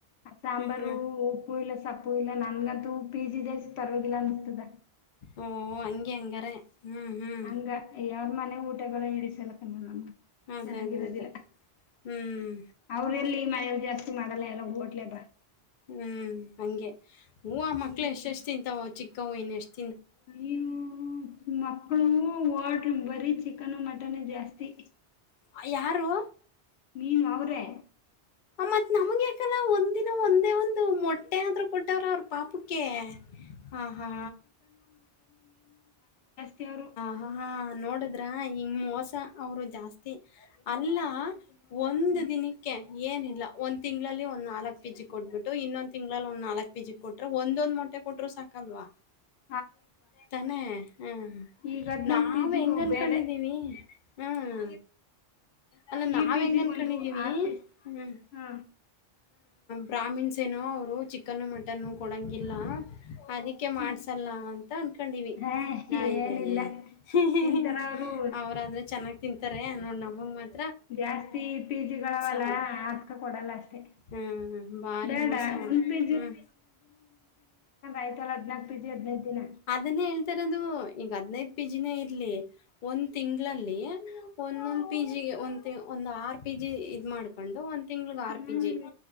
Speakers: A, on the left; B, on the left.
A: ಆ ಸಾಂಬಾರು
B: ಹ್ಮ್
A: ಉಪ್ಪೂ ಇಲ್ಲ ಸಪ್ಪು ಇಲ್ಲ ನನ್ಗಂತೂ ಪಿ ಜಿ ದೇ ಪರವಾಗಿಲ್ಲ ಅನ್ಸ್ತದ.
B: ಓ ಹಂಗೆ ಹಂಗಾರೆ ಹ್ಮ್. ಹ್ಮ್
A: ಹಂಗ ಯಾವ ಮನೆ ಊಟಗಳ ಇಡಿಸಲಕ ನಮ್ಗ
B: ಅದೇ
A: ಚೆನ್ನಾಗಿರೋದಿಲ್ಲ.
B: ಅದೇ ಅದೇ ಹ್ಮ್.
A: ಅವ್ರೆಲ್ಲಿ ಈ ಮನೆಯಲ್ಲಿ ಜಾಸ್ತಿ ಮಾಡಲ್ಲ ಎಲ್ಲಾ ಹೋಟ್ಲೆ ಬಾ.
B: ಹ್ಮ್ ಹಂಗೆ ಹು ಆ ಮಕ್ಳು
A: ಹ್ಮ್.
B: ಎಷ್ಟೆಷ್ಟು ತಿಂತಾವ ಚಿಕ್ಕವು ಇನ್ ಎಷ್ಟ್
A: ಅಯ್ಯೋ ಮಕ್ಕಳುನೂ ಹೋಟ್ಲು ಬರೀ ಚಿಕನು ಮಟನೆ ಜಾಸ್ತಿ.
B: ಅ ಯಾರು?
A: ನೀವ್ ಅವರೇ?
B: ಮತ್ ನಮ್ಗೆ ಯಾಕಲ್ ಒಂದಿನ ಒಂದೇ ಒಂದು ಮೊ ಟ್ಟೆ ಆದ್ರೂ ಕೊಟ್ಟವ್ರ ಅವ್ರ ಪಾಪಕ್ಕೆ ಹ ಹಾ.
A: ಸೆರು
B: ಆ ಹಾ ನೋಡಿದ್ರ ಹಿಂಗ ಮೋಸ ಅವರು ಜಾಸ್ತಿ ಅಲ್ಲಾ ಒಂದ್
A: ಹ್ಮ್
B: ದಿನಕ್ಕೆ. ಏನಿಲ್ಲ ಒಂದ್ ತಿಂಗಳಲ್ಲಿ ಒಂದ್ ನಾಲಕ್ ಪಿಜಿ ಕೊಟ್ಬಿಟ್ಟು ಇನ್ನೊಂದ ತಿಂಗಳಲ್ಲಿ ಒಂದ್ ನಾಲಕ್ ಪಿಜಿ ಕೊಟ್ ಒಂದ್ ಒಂದು ಮೊಟ್ಟೆ ಕೊಟ್ರು ಸಾಕಲ್ವಾ.
A: <inaudible>
B: ತಾನೇ ಹ
A: ಈಗ ಹದ್ನಾಕ್
B: ನಾವ
A: ಪಿ ಜಿಗೂ
B: ಹೆಂಗ ಅನ್ಕಂಡಿದ್ದೀವಿ.
A: ಬೇರೆ
B: ಹ್ಮ್ ಅಲ್ಲ
A: ಈ
B: ನಾವ್
A: ಪಿ
B: ಹೆಂಗನ್ಕಂಡಿದೀವಿ
A: ಜಿಗ್ ಒಂದು ಆ ಪಿ
B: ಹ್ಮ್.
A: ಹಾ
B: ಬ್ರಾಮಿಣ್ಸ್ ಏನೋ ಅವರು ಚಿಕನ್ನು ಮಟನ್ನು ಕೊಡಂಗಿಲ್ಲ ಅದಕ್ ಕೆ
A: ಹ್ಮ್
B: ಮಾಡ್ಸಲ್ಲ ಅಂತ ಅನ್ಕಂಡಿವಿ.
A: ಹಾ
B: <unintelligible>
A: ಏನಿಲ್ಲ ತಿಂತಾರ ಅವರು
B: ಅವ್ರಾದ್ರೆ ಚೆನ್ನಾಗ್ ತಿಂತಾರೆ ನೋಡ್ ನಮಗ್ ಮತ
A: ಜಾಸ್ತಿ ಪಿಜಿಗಳಾವಲ್ಲ
B: ಅವರು.
A: ಅದ್ಕ ಕೊಡಲ್ಲ ಅಷ್ಟೇ
B: ಹ್ಮ್ ಹ್ಮ್ ಭಾರಿ
A: ಬೇಡ
B: ಮೋಸ ಅವ್ರು
A: ಒಂದ್ ಪಿ
B: ಹ್ಮ್
A: ಆಯ್ತಾಲ್ಲ ಹದಿನಾಲ್ಕು ಪಿಜಿ ಹದಿನೈದು ದಿನ
B: ಅದನ್ನೇ ಹೇಳ್ತಇರೋದು ಈಗ ಹದ್ನೈದ್ ಪಿ ಜಿ ನೇ ಇರ್ಲಿ ಒಂದ್ ತತಿಂಗಳಲ್ಲಿ ಒಂದೊಂದ್ ಪಿ ಜಿ ಒಂದ ಒಂದ್ ಆರ್ ಪಿ ಜಿ ಇದ್ ಮಾಡ್ಕ ಕೊಂಡು ಒಂದ್ ತಿಂಗ್ಳಗ್
A: ಹ್ಮ್
B: ಆರ್ ಪಿ ಜಿ